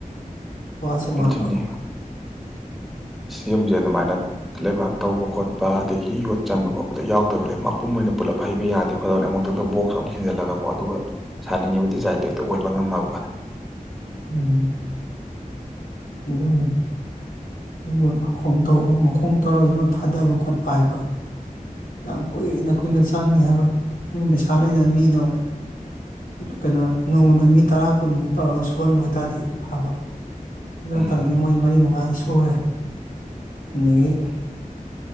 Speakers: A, on the left; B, in the centre.
A: ꯋꯥꯁꯨ ꯋꯥꯕ
B: ꯑꯗꯨꯅꯤ ꯌꯨꯝꯁꯦ ꯑꯗꯨꯃꯥꯏꯅ ꯂꯩꯕꯥꯛ ꯇꯧꯕ ꯈꯣꯠꯄ ꯑꯗꯒꯤ ꯌꯣꯠ ꯆꯟꯕ ꯈꯣꯠꯄꯗ ꯌꯥꯎꯗꯕꯅꯦ ꯃꯄꯨꯝ ꯑꯣꯏꯅ ꯄꯨꯜꯂꯞ ꯍꯩꯕ ꯌꯥꯗꯦ ꯐꯗꯕꯅꯤ ꯑꯃꯨꯛꯇꯪꯗ ꯕꯣꯛꯁ ꯑꯃꯨꯛ ꯊꯤꯟꯖꯤꯜꯂꯒꯀꯣ ꯑꯗꯨꯒ ꯁꯥꯅꯤꯡꯉꯤꯕ ꯗꯤꯖꯥꯏꯟꯗꯣ ꯍꯦꯛꯇ ꯑꯣꯏꯕ ꯉꯝꯃꯕ
A: ꯎꯝ ꯑꯗꯨꯅꯤ ꯌꯣꯠ ꯃꯈꯣꯡ ꯇꯧꯕ ꯃꯈꯣꯡ ꯇꯧꯔꯒ ꯌꯣꯠ ꯊꯥꯗꯕ ꯈꯣꯠꯄ ꯍꯥꯏꯕ ꯌꯥꯝ ꯀꯨꯏꯅ ꯀꯨꯏꯅ ꯆꯪꯉꯦ ꯍꯥꯏꯕ ꯑꯩꯈꯣꯏꯅ ꯄꯩꯁꯥ ꯂꯩꯗꯅ ꯃꯤꯗꯣ ꯀꯩꯅꯣ ꯅꯣꯡꯃꯗ ꯃꯤ ꯇꯔꯥ ꯀꯨꯟꯃꯨꯛ ꯇꯧꯔꯒ ꯁꯨꯍꯟꯕ ꯑꯣꯏ ꯇꯥꯔꯗꯤ ꯐꯕ ꯑꯗꯨ ꯅꯠꯇꯕꯅꯤꯅ
B: ꯎꯝ
A: ꯃꯣꯏ ꯃꯔꯤ ꯃꯉꯥꯥꯅ ꯁꯨꯔꯦ ꯑꯗꯒꯤ